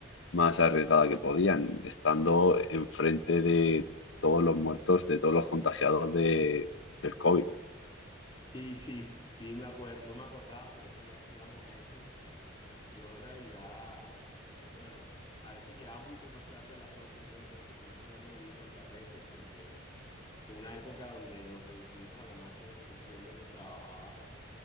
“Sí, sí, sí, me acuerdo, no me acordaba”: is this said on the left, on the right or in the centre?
Left